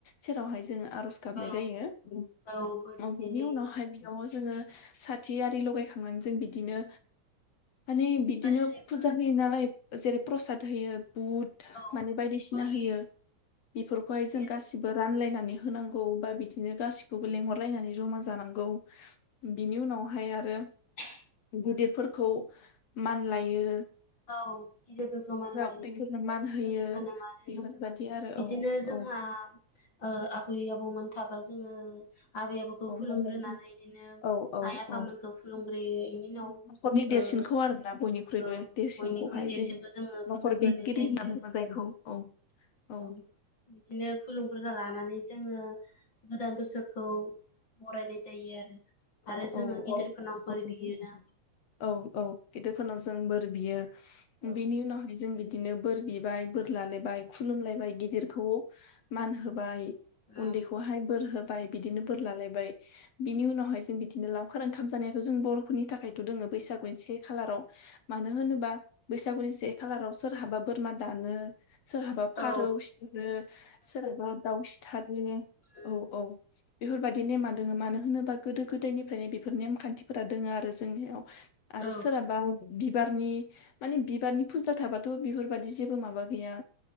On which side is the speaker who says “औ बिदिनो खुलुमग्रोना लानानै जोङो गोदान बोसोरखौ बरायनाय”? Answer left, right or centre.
Left